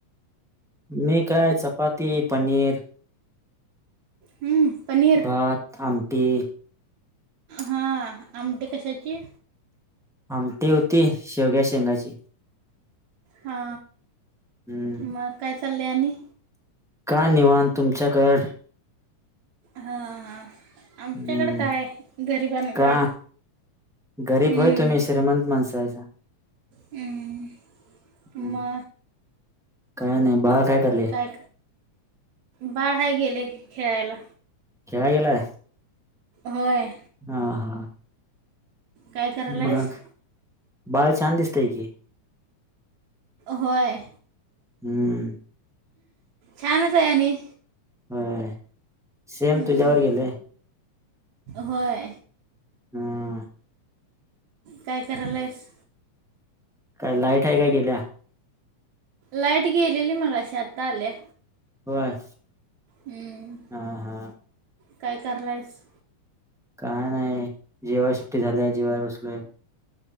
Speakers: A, in the centre; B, on the right.
A: मी काय चपाती, पनीर
B: हं, पनीर
A: भात थांब ते
B: हा आमटी कशाची
A: आमटी हुती शेवग्या शेंगाची
B: हा
A: हम्म
B: मग काय च कल्याणी
A: का निवाण तुमच्याकड
B: हा हा
A: हम्म
B: आमच्याकड काय गरिबांकडं
A: का गरीब
B: हम्म
A: होय तुम्ही श्रीमंत माणसं हायसा
B: हम्म
A: हम्म
B: म
A: काय नाही बाळ करालय
B: काय बाळ हाय गेलय खेळायला
A: खेळाय गेलाय
B: होय
A: हा हा
B: काय करायलाइस?
A: मग बाळ छान दिसतय की
B: होय
A: हम्म
B: छानच हाय आणि
A: होय सेम
B: हम्म,
A: तुझ्यावर गेलय
B: होय
A: हम्म
B: काय करलायस
A: काय लाईट हाय काय गेल्या
B: लाईट गेलेली मगाशी आता आल्या.
A: होय.
B: हम्म
A: हा हा
B: काय करालायस?
A: काय नाही जेवाय सुट्टी झाल्या जेवाय बसलोय.